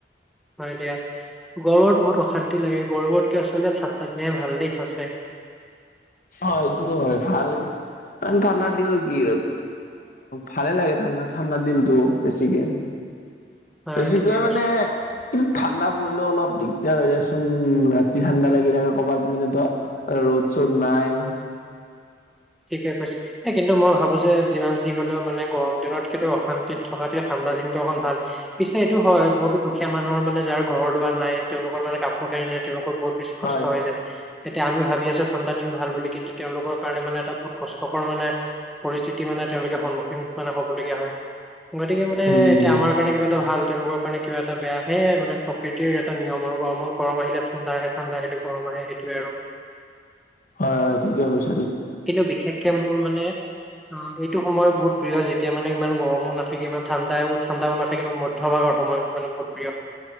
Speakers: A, in the centre; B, on the left.
A: হয় দিয়া গৰমত বহুত অশান্তি লাগে গৰমতকে আচলতে ঠাণ্ডা দিনহে ভাল দেই সচাই।
B: অ এইটো হয় ভাল ঠাণ্ডাৰ দিন আৰু কি ভালে লাগে ঠাণ্ডা ঠাণ্ডাৰ দিনটো বেছিকে।
A: <inaudible>
B: বেছিকৈ
A: ঠিকে কৈছে
B: মানে কিন্তু ঠাণ্ডা পৰিলেও অলপ দিগদাৰ হৈ যায় চোন ৰাতি ঠাণ্ডা লাগিলে কৰ'ৰবাত মানে ত' ৰ'দ চ'দ নাই,
A: ঠিকেই কৈছা। এ কিন্তু মই ভাবো যে যিমান যি হলেও মানে গৰম দিনত কিন্তু অশান্তিত থকাতকে ঠাণ্ডা দিনটো অকণ ভাল। পিছে এইটো হয় বহুতো দুখীয়া মানুহৰ মানে যাৰ ঘৰ দুৱাৰ নাই তেওঁলোকৰ মানে কাপোৰ কানি নাই তেওঁলোকৰ বহুত বেছি
B: হয়
A: কষ্ট হৈ যায়। এতিয়া আমি ভাবি আছো ঠাণ্ডা দিন ভাল বুলি কিন্তু তেওঁলোকৰ কাৰণে মানে এটা বহুত কষ্টকৰ মানে পৰিস্থিতি মানে তেওঁলোকে সন্মুখীন মানে হবলগীয়া হয়। গতিকে মানে
B: উম
A: এতিয়া আমাৰ কাৰণে কিবা এটা ভাল তেওঁলোক কাৰণে কিবা এটাহে বেয়াহে মানে প্ৰকৃতিৰ এটা নিয়ম আৰু গৰমৰ গৰম আহিলে ঠাণ্ডা আহে ঠাণ্ডা আহিলে গৰম আহে সোইটোৱে আৰু।
B: হয় হয় ঠিকে কৈছ।
A: কিন্তু বিশেষকে মোৰ মানে অ এইটো সময় বহুত প্ৰিয় যেতিয়া মানে ইমান গৰমো নাথাকে ইমান ঠাণ্ডাও ঠাণ্ডাও নাথাকে ইমান মধ্যভাগৰ সময়। মানে বহুত প্ৰিয়।